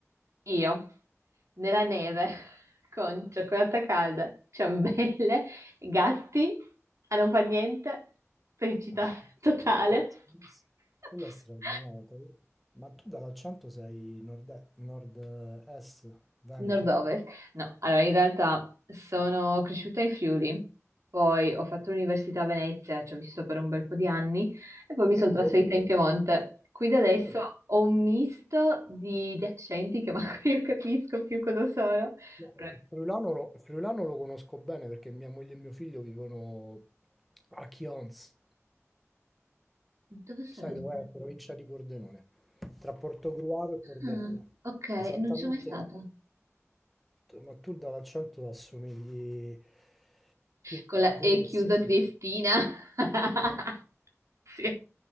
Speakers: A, on the right (about 75°); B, in the centre.
A: io nella neve <laughs> con cioccolata calda, ciambelle, gatti a non far niente, felicità
B: Ah,
A: totale.
B: quello
A: <laughs>
B: quello è straordinario. te- Ma tu dall'accento sei nord, nord-est, Veneto?
A: Nord-ovest? No, allora in realtà sono cresciuta in Friuli, poi ho fatto l'università a Venezia, ci ho vissuto per un bel po' di anni e poi mi sono
B: Io li
A: trasferita
B: devo-
A: in Mm. Piemonte. Quindi adesso
B: Mm.
A: Mm. ho un misto di, di accenti che <laughs> manco io capisco più cosa sono.
B: Il
A: Però-
B: friulano lo, il friulano lo conosco bene perché mia moglie e mio figlio vivono a Chions.
A: Dove sarebbe?
B: Sai dov'è? La provincia di Pordenone, tra Portogruaro e Pordenone.
A: Ah, ok,
B: Esattamente,
A: non ci sono mai stata.
B: tu- ma tu dall'accento assomigli più
A: con la
B: gorizia.
A: E chiusa triestina. <laughs>
B: No.
A: Sì.